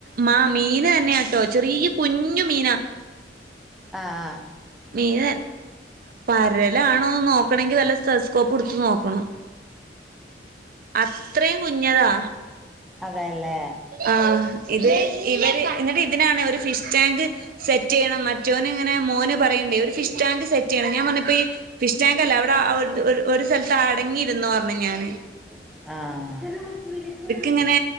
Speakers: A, on the right; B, in the centre.
A: മാ മീനന്നേ ആട്ടോ ചെറിയ കുഞ്ഞു മീനാ
B: ആഹ ആഹ
A: മീനെ പരലാണോന്ന് നോക്കണങ്കിൽ നല്ല സ് സ്റ്റെതസ്കോപ്പ് എടുത്ത് നോക്കണം അത്രയും കുഞ്ഞിതാ
B: അതെല്ലേ
A: ആഹ് ഇത് ഇവര് എന്നിട്ട് ഇതിനാണ് ഒരു ഫിഷ് ടാങ്ക് സെറ്റെയ്യണം മറ്റ് മറ്റോന് ഇങ്ങനെ മോന് പറയ്ണ്ട് ഒരു ഫിഷ്ടാങ്ക് സെറ്റിയ്യണം ഞാൻ പറഞ്ഞ് ഇപ്പ ഈ ഫിഷ് ടാങ്ക് അല്ല അവിടെ ഒ ഒര് ഒരു സ്ഥലത്ത് അടങ്ങിയിരുന്നോ പറഞ്ഞ് ഞാന്
B: ആഹ്
A: ഇങ്ങനെ